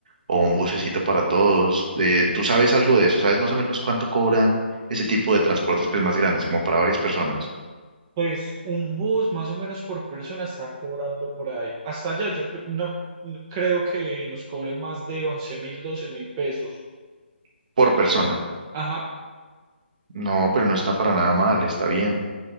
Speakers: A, on the right (about 45°); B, on the right (about 20°).
A: o un bucecito para todos. Eh, ¿tú sabes algo de eso? ¿Sabes más o menos cuánto cobran ese tipo de transportes pues, más grandes, como para varias personas?
B: Pues un bus más o menos por persona está cobrando por ahí. Hasta allá yo cre- no, no creo que nos cobren más de once mil, doce mil pesos por
A: Por persona.
B: persona. Ajá,
A: No, pero no está para nada mal, está bien.